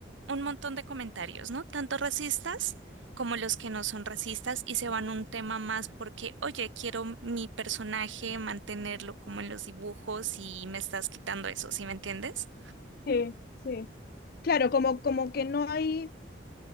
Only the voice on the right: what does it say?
un montón de comentarios, ¿no? Tanto racistas como los que no son racistas y se van un tema más porque, oye, quiero mi personaje mantenerlo como en los dibujos y me estás quitando eso, ¿sí me entiendes?